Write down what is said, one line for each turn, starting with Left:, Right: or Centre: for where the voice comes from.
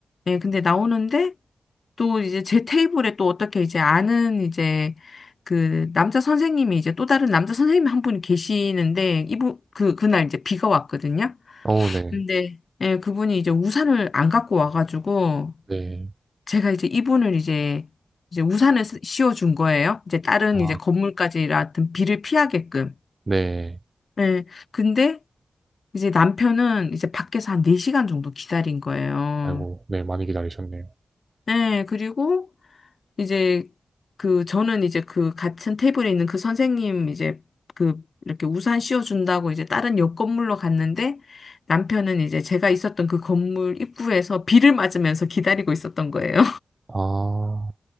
Left: 예, 근데 나오는데, 또 이제 제 테이블에 또 어떻게 이제 아는 이제 그 남자 선생님이 이제 또 다른 남자 선생님 한 분이 계시는데, 이분, 그, 그날 이제 비가 왔거든요.
Right: 어, 네.
Left: 근데, 예, 그분이 이제 우산을 안 갖고 와가지고,
Right: 네.
Left: 제가 이제 이분을 이제 이제 우산을 쓰- 씌워준 거예요. 이제 다른
Right: 아,
Left: 이제 건물까지 같은 비를 피하게끔.
Right: 네.
Left: 예. 근데 이제 남편은 이제 밖에서 한 4시간 정도 기다린 거예요.
Right: 아이고, 네, 많이 기다리셨네요.
Left: 예. 그리고 이제 그 저는 이제 그 같은 테이블에 있는 그 선생님 이제 그 이렇게 우산 씌워준다고 이제 다른 옆 건물로 갔는데 남편은 이제 제가 있었던 그 건물 입구에서 비를 맞으면서 기다리고 있었던 거예요.
Right: 아,